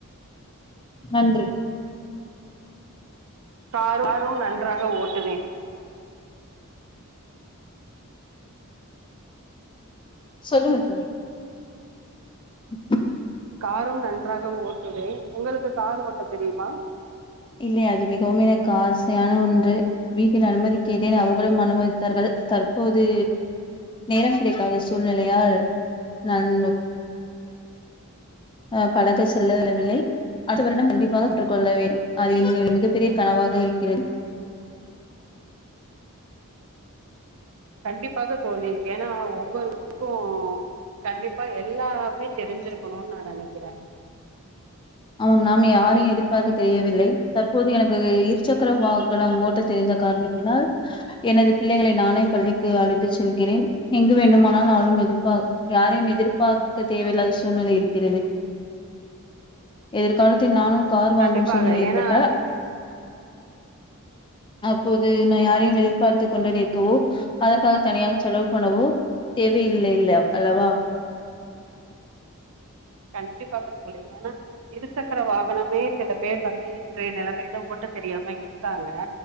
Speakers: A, on the left; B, on the right.
A: நன்று
B: கார்ரும் நன்றாக ஓட்டுவேன்
A: சொல்லுங்க தோழி <inaudible>
B: காரும் நன்றாக ஓட்டுவேன் உங்களுக்கு கார் ஓட்ட தெரியுமா
A: இல்லை அது மிகவும் எனக்கு ஆசையான ஒன்று வீட்டில் அனுமதிக்கேட்டேன் அவர்களும் அனுமதித்தார்கள் தற்போது நேரம் கிடைக்காத சூழ்நிலையால் நான் அஹ் பழக செல்லவில்லை அ வருடம் கண்டிப்பாக சுற்றுக்கொள்ள வேண்டும் அது என் மிகப்பெரிய கனவாக இருக்கிறது
B: கண்டிப்பாக தோழி ஏன்னா ஒவ்வொருருக்கும் கண்டிப்பா எல்லாமே தெரிஞ்சிருக்கணும் நான் நினைக்கிறேன்
A: அவன் நாம் யாரையும் எதிர்பார்க்க தெரியவில்லை தற்போது எனக்கு இரு சக்கர வாகனம் ஓட்ட தெரிந்த காரணத்தினால் எனது பிள்ளைகளை நானே பள்ளிக்கு அழைத்து செல்கிறேன் எங்கு வேண்டும் எங்கு போன எதிர்ப யாரையும் எதிர்பார்க்க தேவல்லா அது சூழ்நிலை இருக்கிறது எதிர்காலத்தில் நானும் கார் வாங்கும்
B: கண்டிப்பாக
A: சூழ்நிலை ஏற்பட்டால்
B: ஏன்னா
A: அப்போது நான் யாரையும் எதிர்பார்த்து கொண்டு நிற்கவோ அதற்காக தனியாக செலவு பண்ணவோ தேவையில்லைலா அல்லவா
B: கண்டிப்பாக தோழி ஏன்னா இருசக்கர வாகனமே சில பேர் வந்து இன்றைய நிலைமையில ஓட்ட தெரியாம இருக்காங்க